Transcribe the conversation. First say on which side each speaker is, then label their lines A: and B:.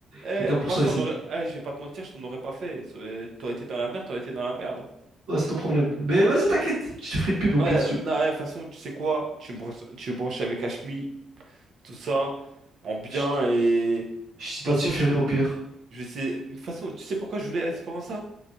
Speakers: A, on the right; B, on the right.
A: Eh,
B: chacun pour
A: moi
B: ça
A: je
B: ici.
A: t'en aurais. Eh, je vais pas te mentir, je t'en aurais pas fait. Ça aurait- T'aurais été dans la merde, t'aurais été dans la merde.
B: Ouais, c'est ton problème. Mais vas-y, t'inquiète, je te ferai une pub au
A: Ouais,
B: pire si tu veux.
A: non, ouais, de toute façon, tu sais quoi? Tu me branches, tu me branches avec Ashmi, tout ça, en bien
B: Je
A: et. De toute
B: je t'identifierai
A: façon, je,
B: au pire.
A: je sais. De toute façon, tu sais pourquoi je voulais Esperanza?